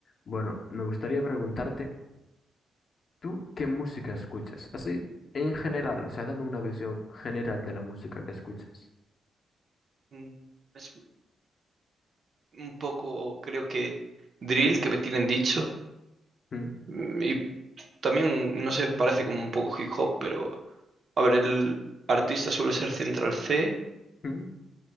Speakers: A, on the left; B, on the right.
A: Bueno, me gustaría preguntarte, ¿tú qué música escuchas? Así, en general, o sea, dame una visión general de la música que escuchas.
B: Mm, Es un poco, creo que, drill que me tienen dicho.
A: ¿Mm?
B: Mm, Y también, no sé, parece como un poco hip hop, pero a ver, el artista suele ser Central C.
A: ¿Mm?